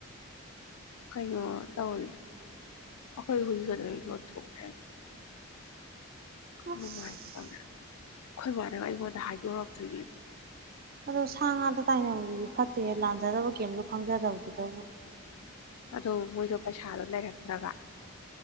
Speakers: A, on the left (about 85°); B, on the right (about 40°).
A: ꯀꯩꯅꯣ ꯇꯧꯔꯤ ꯑꯈꯣꯏ ꯍꯨꯏꯗꯨꯁꯨ ꯑꯗꯨꯗꯩ ꯌꯣꯟꯊꯣꯛ ꯂꯩꯔꯝꯃꯦ
B: ꯑꯁ
A: ꯅꯨꯡꯉꯥꯏꯇꯦ ꯇꯜꯂꯦ ꯑꯩꯈꯣꯏ ꯃꯅꯥꯒ ꯑꯩꯉꯣꯟꯗ ꯍꯥꯏꯗꯣꯔꯛꯇꯔ꯭ꯤ ꯅꯦ ꯑꯗꯨꯒ
B: ꯑꯗꯣ ꯁꯥ ꯉꯥꯗ ꯇꯥꯏꯅꯕꯗꯨꯗꯤ ꯐꯠꯇꯦꯌꯦ ꯂꯥꯟꯖꯗꯕ ꯀꯦꯝꯁꯨ ꯈꯪꯖꯗꯕꯗꯨꯗꯕꯨ
A: ꯑꯗꯣ ꯃꯣꯏꯗꯣ ꯄꯩꯁꯥꯗꯣ ꯂꯩꯔꯛꯇ꯭ꯔꯕ